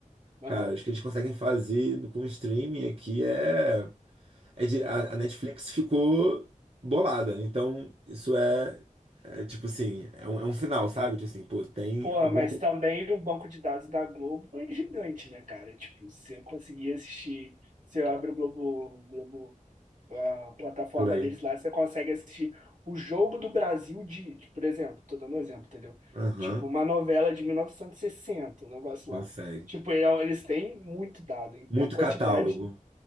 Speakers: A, on the right (about 70°); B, on the right (about 45°).
A: aham,
B: Cara, acho que eles conseguem fazer do- com o streaming aqui é, é de, a,
A: aham.
B: a Netflix ficou bolada. Então, isso é, é tipo assim, é um, é um sinal, sabe? Tipo assim, pô, tem
A: Pô,
B: alguma
A: mas
B: coisa.
A: também o banco de dados da Globo é gigante, né, cara? Tipo, se eu conseguir assistir, se eu abro o Globo, Globo, a plataforma
B: Play.
A: deles lá, você consegue assistir o jogo do Brasil de, de- por exemplo, tô dando um exemplo, entendeu?
B: Aham,
A: Tipo, uma novela de 1960 um negócio
B: consegue.
A: lá. Tipo, ele- é um, eles têm muito dado, hein?
B: Muito
A: A quantidade
B: catálogo.